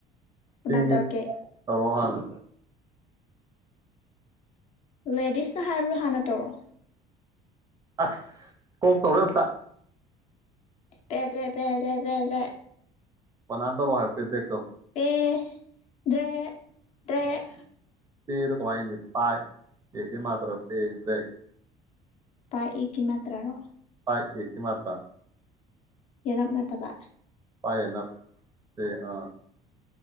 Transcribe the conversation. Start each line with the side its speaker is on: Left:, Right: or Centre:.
Left: ꯀꯅꯥꯅ
Right: ꯄꯤꯉꯦ
Left: ꯇꯧꯔꯛꯀꯦ
Right: ꯊꯧꯔꫭ ꯈꯟꯅ
Left: ꯂꯦꯗꯤꯁꯅ ꯍꯥꯏꯕꯔ ꯍꯥꯟꯅ ꯇꯧꯔꯣ
Right: ꯑꯁ ꯀꯣꯛ ꯇꯧꯔꫭꯏ ꯑꯝꯇ
Left: ꯄꯦꯗ꯭ꯔꯦꯛ ꯄꯦꯗ꯭ꯔꯦꯛ ꯄꯦꯗ꯭ꯔꯦꯛ
Right: ꯄꯟ ꯅꯥꯟ ꯇꯧꯔꯛꯑꫭ ꯄꯦꯗ꯭ꯔꯦꯛ ꯇꫭ
Left: ꯄꯦ ꯗꯔꯦ ꯗꯔꯦꯛ
Right: ꯄꯦꯗꫭ ꯀꯃꯥꯏ ꯏꯅꯤ ꯄꯥꯏ ꯑꯦ ꯀꯤ ꯃꯥꯇꯔ ꯄꯦ ꯗꯔꯦꯛ
Left: ꯄꯥꯏ ꯑꯦ ꯀꯤ ꯃꯥꯇꯔ ꯂꫭ
Right: ꯄꯥꯏ ꯑꯦꯀꯤ ꯃꯥꯇꯔ
Left: ꯌꯦꯅꯞ ꯅꯠꯇꯕ
Right: ꯄꯥꯏ ꯌꯦꯅꯞ ꯑꯦ ꯑ